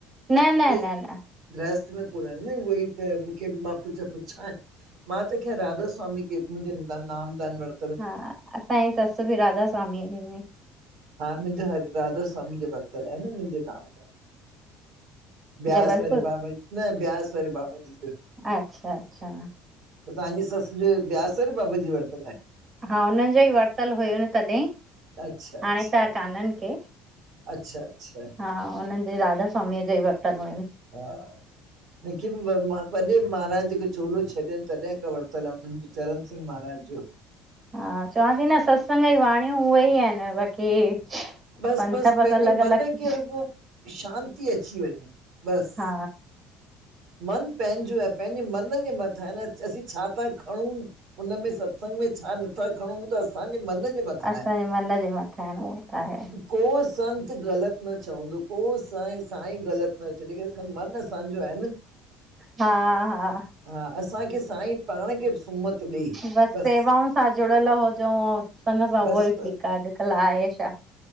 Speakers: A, on the right; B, on the right.
A: न न
B: इहे
A: न न
B: गृहस्थ में कोननि न उहोई त मूंखे मां पुछ पुछाए। मां त खेर राधा स्वामी के मुंहिंजे त नाम दान वर
A: हा असांई ससु बि राधा स्वामी जी में।
B: हा मुंहिंजो हर राधा स्वामी जो वरतल आहे न मुंहिंजे नाम। ब्यास
A: जबलपुर
B: वारे बाबा न ब्यास वारे बाबा जी जो
A: अच्छा अच्छा
B: त तव्हांजी ससु जो ब्यास वारे बाबा जी वरतल आहे।
A: हा हुननि जो ई वरतलु हुयो न तॾहिं,
B: अच्छा अच्छा
A: हाणे त काननि खे।
B: अच्छा अच्छा
A: हा हुननि जे राधा स्वामीअ जाई वरतल हुअन।
B: हा मूंखे बि वॾे महाराज ॼेको चोलो छॾियनि तॾहिं खां वरितल आहे हुनननि जो चरण सिंह महाराज जो।
A: हा चवांती न सत्संग जी वाणियूं उहे ई आहिनि बाक़ी
B: बसि
A: पंथ
B: बसि पंहिंजे
A: अलॻि अलॻि
B: मन खे रुगो शांती अची वञे, बसि।
A: हा
B: मन पंहिंजो आहे पंहिंजे मन जे मथां आहे न असीं छा ता खणूं। हुनमें सत्संग में छा नथा खणऊ त असांजे मन जे मथां
A: असांजे
B: आहे
A: मन जे मथां आहिनि उहो त आहे।
B: को संत ग़लति न चवंदो को साई साईं ग़लति न चव लेकिन मनु असांजो आहे न।
A: हा, हा।
B: हा, असांखे साईं पाण खे सुमत ॾे
A: बसि
B: बस
A: सेवाऊनि सां जुड़ियल हुजऊं सतसंग सां
B: बस
A: उहो ई ठीकु आ अॼुकल्ह आहे छा?